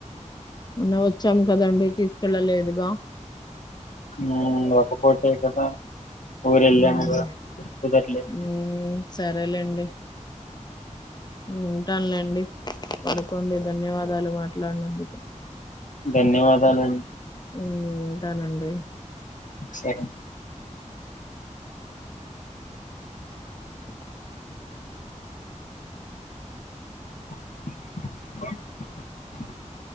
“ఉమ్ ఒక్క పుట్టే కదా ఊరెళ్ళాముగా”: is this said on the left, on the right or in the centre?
Left